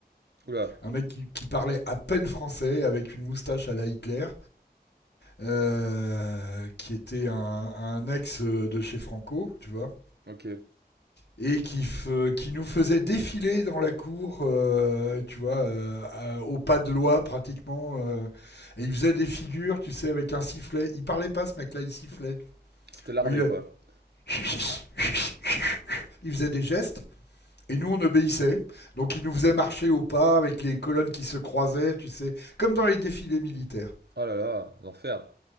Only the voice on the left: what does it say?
un mec qui, qui parlait à peine français, avec une moustache à la Hitler, euh, qui était un, un ex euh, de chez Franco, tu vois,
et qui, fe- qui nous faisait défiler dans la cour, euh, tu vois, euh, à- au pas de loi pratiquement, euh, et il faisait des figures, tu sais, avec un sifflet. Il parlait pas, ce mec-là, il sifflait.
Donc, il, a-
<laughs> il faisait des gestes. Et nous, on obéissait. Donc, il nous faisait marcher au pas avec les colonnes qui se croisaient, tu sais, comme dans les défilés militaires.